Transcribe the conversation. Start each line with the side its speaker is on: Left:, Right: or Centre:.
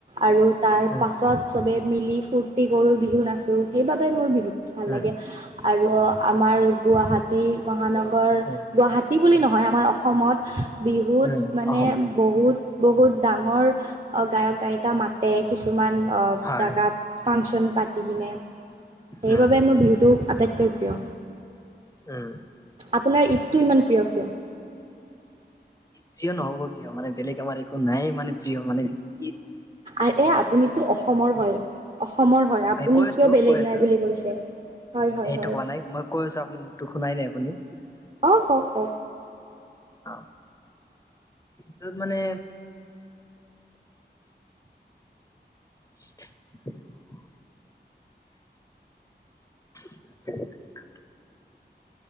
Right: আৰু তাৰ
Left: উম,
Right: পাছত চবেই মিলি ফূৰ্তি কৰোঁ বিহু নাচোঁ। সেইবাবে মোৰ বিহু ভাল
Left: উম,
Right: লাগে আৰু আমাৰ গুৱাহাটী মহানগৰ
Left: উম,
Right: গুৱাহাটী বুলি নহয় আমাৰ অসমত বিহুত
Left: উম,
Right: মানে
Left: অসমত
Right: বহুত বহুত ডাঙৰ গায়ক গায়িকা মাতে কিছুমান
Left: হয়,
Right: জাগাত ফাংচন পাতি কিনে সেইবাবে
Left: উম,
Right: মোৰ বিহুটো আটাইতকৈ প্ৰিয়
Left: উম
Right: আপোনাৰ ঈদটো ইমান প্ৰিয় কিয়?
Left: প্ৰিয় নহব কিয় মানে বেলেগ আমাৰ একো নাই মানে প্ৰিয় মানে ঈদ
Right: আৰু এ আপুনিতো অসমৰ হয় অসমৰ হয় আপুনি
Left: এই কৈ আছো,
Right: কিয় বেলেগ
Left: কৈ আছো
Right: নাই বুলি কৈছে হয় হয়
Left: সেইটো
Right: হয়।
Left: কোৱা নাই মই কৈ আছো আপুনি মুৰটো শুনাই নাই আপুনি?
Right: অঁ কওক কওক
Left: অ টোত মানে <unintelligible> <inaudible>